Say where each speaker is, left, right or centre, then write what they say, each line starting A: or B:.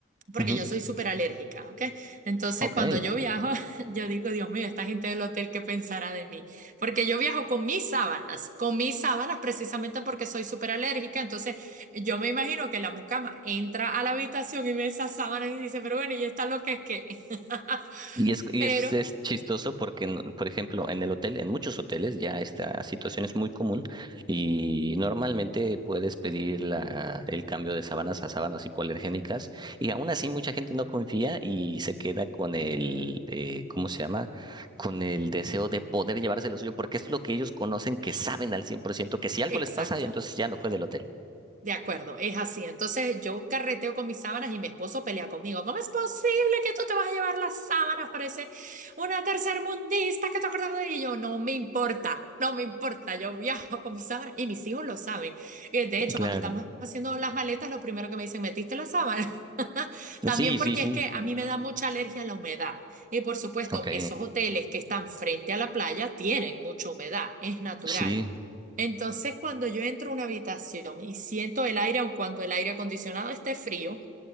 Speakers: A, on the right; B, on the right.
A: porque
B: Ujú.
A: yo soy súper alérgica, ¿ok? Entonces,
B: Ok.
A: cuando yo viajo, <laughs> yo digo, Dios mío, esta gente del hotel, ¿qué pensará de mí? Porque yo viajo con mis sábanas, con mis sábanas precisamente porque soy súper alérgica, entonces yo me imagino que la mucama entra a la habitación y ve esas sábanas y dice, pero bueno, ¿y esta lo que es que <laughs>
B: Y es, y
A: Pero,
B: es, es chistoso porque, no- por ejemplo, en el hotel, en muchos hoteles ya esta situación es muy común y normalmente puedes pedir la, el cambio de sábanas a sábanas hipoalergénicas y aún así mucha gente no confía y se queda con el, eh, ¿cómo se llama? Con el deseo de poder llevarse lo suyo porque es lo que ellos conocen, que saben al 100% que si algo
A: exacto.
B: les pasa, entonces ya no fue del hotel.
A: De acuerdo, es así. Entonces yo carreteo con mis sábanas y mi esposo pelea conmigo. ¿Cómo es posible que tú te vas a llevar las sábanas? Parece una tercermundista que te acuerdas de ello. No me importa, no me importa. Yo viajo con mis sábanas y mis hijos lo saben. Eh, De hecho,
B: Claro.
A: cuando estamos haciendo las maletas, lo primero que me dicen, ¿metiste la sábana? <laughs> También
B: Sí,
A: porque
B: sí, sí.
A: es que a mí me da mucha alergia a la humedad. Y por supuesto,
B: Ok.
A: esos hoteles que están frente a la playa tienen mucha humedad, es natural.
B: Sí.
A: Entonces, cuando yo entro a una habitación y siento el aire, aun cuando el aire acondicionado esté frío,